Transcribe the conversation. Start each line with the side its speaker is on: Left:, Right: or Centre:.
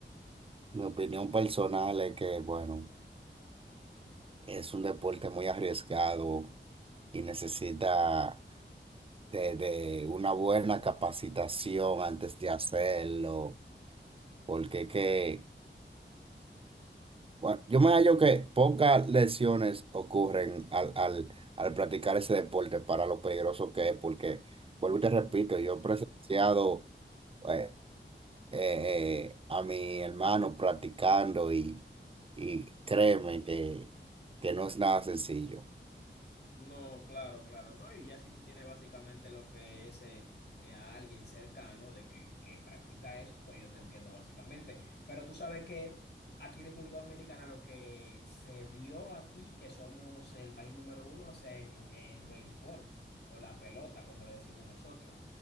Right: Mi opinión personal es que, bueno, es un deporte muy arriesgado y necesita de, de una buena capacitación antes de hacerlo, porque que, bueno, yo me hallo que pocas lesiones ocurren al, al, al practicar ese deporte para lo peligroso que es, porque, vuelvo y te repito, yo he presenciado eh, eh, eh, a mi hermano practicando y, y créeme que, que no es nada sencillo.
Left: No, claro, claro, ¿no? Y ya si tú tienes básicamente lo que es eh, eh, a alguien cercano de que, que practica eso, pues yo te entiendo básicamente. Pero tú sabes que aquí en República Dominicana lo que se dio aquí, que somos el país número uno, es en el béisbol o la pelota, como le decimos nosotros.